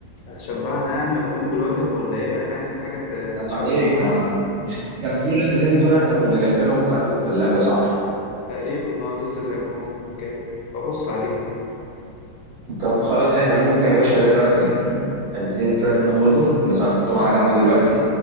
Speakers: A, on the left (about 80°); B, on the right (about 65°).
A: هتشبعنا يعني وهتقوم بالواجب ولا ايه احنا عايزين حاجة ت-
B: انا
A: تشبع
B: عليك
A: معانا
B: ما كان في علبتين تونه احنا كنا جايبينهم في قلب الثلاجه صح
A: تقريبا اه لسه زي ما هم كده ببص عليهم
B: طب خلاص احنا ممكن يا باشا ده دلوقتي نقوم البتين التونين ناخدهم بس هنحطهم على جنب دلوقتي